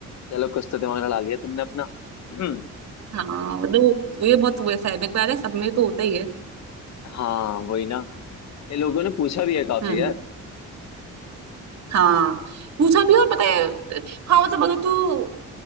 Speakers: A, on the left; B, on the right.
A: चलो कुछ तो दिमाग लड़ा लिया तुमने अपना हम्म,
B: हाँ मतलब वो ये बहुत वैसा है मेरे को याद है सब में तो होता ही है
A: हाँ वही ना ये लोगों ने पूछा भी है काफी
B: हम्म
A: यार
B: हाँ पूछा भी और पता है हाँ मतलब अगर तू